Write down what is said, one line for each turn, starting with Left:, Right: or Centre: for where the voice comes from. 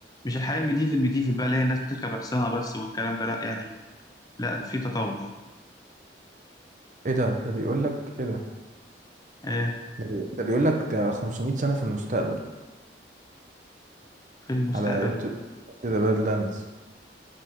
Left: مش الحياه الميديفل ميديفل بقى اللي هي الناس بتركب حصانه بس والكلام ده لا يعني لا في تطور
Right: ايه ده ده بيقول لك ايه ده
Left: آه
Right: ده, بي... ده بيقول لك ده 500 سنه في المستقبل
Left: في المستقبل
Right: على انتو انتو ذا بادلاندز